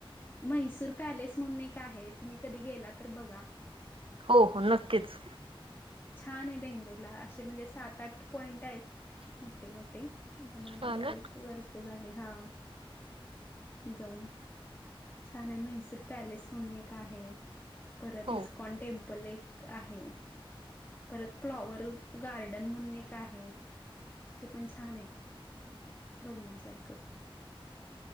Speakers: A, on the left; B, on the right.
A: म्हैसूर पॅलेस म्हणून एक आहे तुम्ही कधी गेला तर बघा
B: हो हो नक्कीच
A: छान आहे बेंगलोर ला अ असे म्हणजे सात आठ पॉईंट आहेत मोठे मोठे आता म
B: हा
A: बरेच
B: ना
A: वर्ष झाली हा जाऊन छान आहे म्हैसूर पॅलेस म्हणून एक आहे परत
B: हो
A: इ स्कॉन टेम्पल एक आहे परत फ्लॉवर गार्डन म्हणून एक आहे ते पण छान आहे बघण्यासारखं